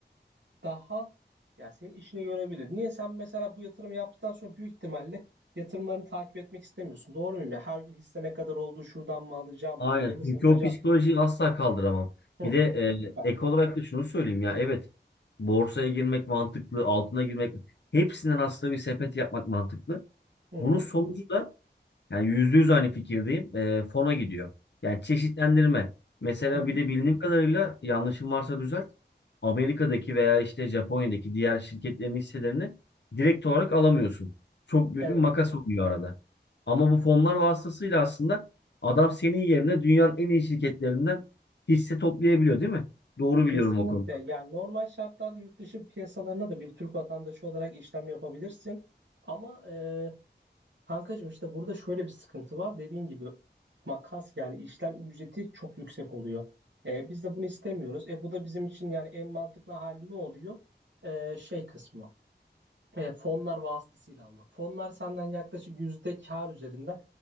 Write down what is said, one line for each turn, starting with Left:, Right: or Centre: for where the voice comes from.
Right: daha yani senin işine görebilir. Niye sen mesela bu yatırım yaptıktan sonra büyük ihtimalle yatırımlarını takip etmek istemiyorsun. Doğru muyum ya? Her gün hisse ne kadar oldu, şuradan mı alacağım,
Left: Aynen.
Right: buraya mı
Left: Çünkü
Right: satacağım?
Left: o psikolojiyi asla kaldıramam.
Right: Hı,
Left: Bir de
Right: süper.
Left: e, ek olarak da şunu söyleyeyim ya. Evet. Borsaya girmek mantıklı, altına girmek. Hepsinden aslında bir sepet yapmak mantıklı.
Right: Hı
Left: Bunun
Right: hı,
Left: sonucu da yani yüzde yüz aynı fikirdeyim. Ee, fona gidiyor. Yani çeşitlendirme. Mesela
Right: hı hı.
Left: bir de bildiğim kadarıyla yanlışım varsa düzelt. Amerika'daki veya işte Japonya'daki diğer şirketlerin hisselerini direkt olarak alamıyorsun. Çok büyük
Right: Evet,
Left: bir makas oluyor arada. Ama bu fonlar vasıtasıyla aslında adam senin yerine dünyanın en iyi şirketlerinden hisse toplayabiliyor, değil mi? Doğru
Right: kesinlikle.
Left: biliyorum o konuda.
Right: Yani normal şartlarda yurt dışı piyasalarına da bir Türk vatandaşı olarak işlem yapabilirsin. Ama e, kankacığım işte burada şöyle bir sıkıntı var. Dediğin gibi makas yani işlem ücreti çok yüksek oluyor. E, biz de bunu istemiyoruz. E, bu da bizim için yani en mantıklı hali ne oluyor? E, şey kısmı. He, fonlar vasıtasıyla almak. Fonlar senden yaklaşık yüzde kar üzerinden